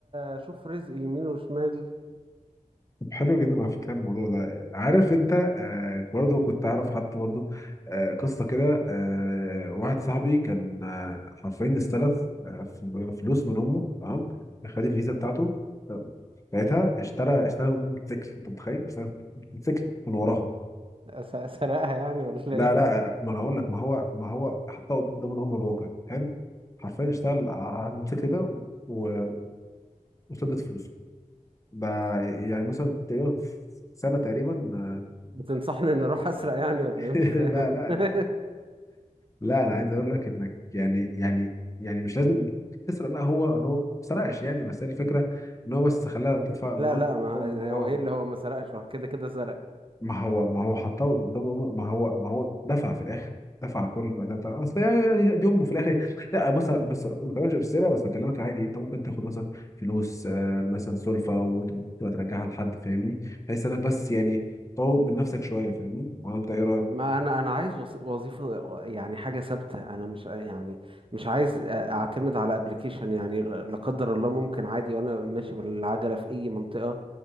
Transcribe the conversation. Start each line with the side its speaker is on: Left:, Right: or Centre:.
Right: اشوف رزق يمين وشمال
Left: طب حلو جدا على فكره الموضوع ده عارف انت آه برضه كنت اعرف حد برضه آه قصه كده آه واحد صاحبي كان آه حرفيا استلف آه ف- فلوس من امه تمام خد الفيزا بتاعته آه، لقيتها اشترى اشترى موتوسيكل انت متخيل اشترى موتوسيكل من وراها
Right: أس- اسرقها يعني ولا
Left: لا
Right: ايه
Left: لا ما انا هقول لك ما هو ما هو حطها قدام الامر الواقع حلو حرفيا اشتغل على الموتوسيكل ده و- وسدد فلوسه بقى يعني مثلا تقريبا في سنه تقريبا آه،
Right: بتنصحني ان اروح اسرق يعني ولا
Left: <laughs>
Right: ايه مش
Left: لا
Right: فاهم
Left: لا
Right: <laughs>
Left: لا لا انا عايز اقول لك انك يعني يعني يعني مش لازم تسرق لا هو هو ما سرقش يعني بس هي الفكره ان هو بس خلاها تدفع
Right: لا
Left: مواد
Right: لا ما
Left: هو
Right: هو ايه اللي هو ما سرقش هو كده كده سرق
Left: ما هو ما هو ما هو حطها قدامه ما هو ما هو دفع في الاخر دفع كل بقى ده بتاع- اصل يعني يعني دي امه في الاخر لا بص بس ما بكلمكش بالسرقه بس بكلمك عادي انت ممكن تاخد مثلا فلوس آه، مثلا سلفه وتبقى ترجعها لحد فاهمني بحيث انك بس يعني تطور من نفسك شويه فاهمني ولا انت ايه رايك؟
Right: ما انا انا عايز وص- وظيفة يعني حاجة ثابتة انا مش يعني مش عايز اعتمد على ابلكيشن يعني لا لا قدر الله ممكن عادي وانا ماشي بالعجلة في اي منطقة